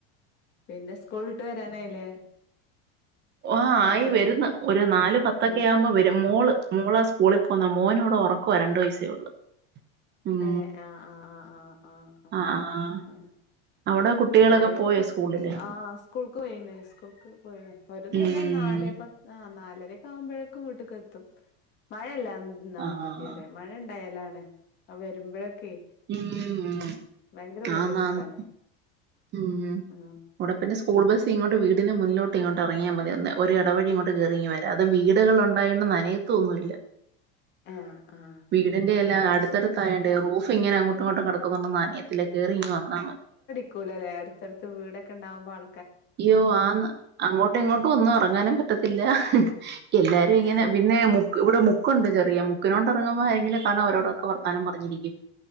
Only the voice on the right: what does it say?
ആ്
ആയി വരുന്ന് ഒരു നാല് പത്തൊക്കെ
ആവുമ്പോ വരും മോള് മോളാ സ്കൂളി പോന്നെ മോനിവടെ ഉറക്കവ രണ്ട് വയസ്സേ ഉള്ളൂ ഉം
ആഹ്
അവിടെ കുട്ടികളൊക്കെ
പോയോ സ്കൂളില്
ഉം
ആഹ്
ഉം
ആന്നാന്ന് ഉം
ഇവടെ പിന്നെ സ്കൂ സ്കൂൾ ബസ് ഇങ്ങോട്ട് വീടിന് മുന്നിലോട്ട് ഇങ്ങോട്ട് ഇറങ്ങിയാൽ മതിയെന്ന് ഒരു ഇടവഴി ഇങ്ങോട്ട് കയറിയീങ്ങ് വരാം അതും വീടുകളൊണ്ട് ആയോണ്ട് നനയത്തൊന്നൂല്ല
വീടിന്റെ
എല്ലാം
അടുത്തടുത്തായോണ്ടെ
റൂഫ് ഫിങ്ങനെ അങ്ങോട്ടും ഇങ്ങോട്ടും കിടക്കുന്നോണ്ട് നനയത്തില്ല കേറി ഇങ്ങ് വന്നാ മതി
അയ്യോ ആന്ന് അങ്ങോട്ടും ഇങ്ങോട്ടും ഒന്നും ഇറങ്ങാനും പറ്റത്തില്ല എല്ലാരും
ഇങ്ങനെ പിന്നെ മുക്ക് ഇവിടെ മുക്കുണ്ട് ചെറിയ മുക്കിനോട്ട് ഇറങ്ങുമ്പോൾ ആരെങ്കിലുവൊക്കെ കാണും അവരോടൊക്കെ വർത്താനം പറഞ്ഞിരിക്കും.